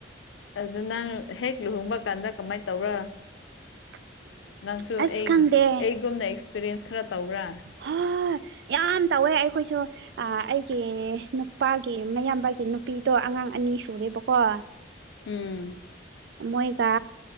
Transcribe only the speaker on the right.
<inaudible>
ꯑꯁ
ꯈꯪꯗꯦ
ꯍꯣꯏ ꯌꯥꯝ ꯇꯧꯋꯦ ꯑꯩꯈꯣꯏꯁꯨ ꯑꯥ ꯑꯩꯒꯤ ꯅꯨꯄꯥꯒꯤ ꯃꯌꯥꯝꯕꯒꯤ ꯅꯨꯄꯤꯗꯣ ꯑꯉꯥꯡ ꯑꯅꯤ ꯁꯨꯔꯦꯕꯀꯣ <inaudible>
ꯃꯣꯏꯒ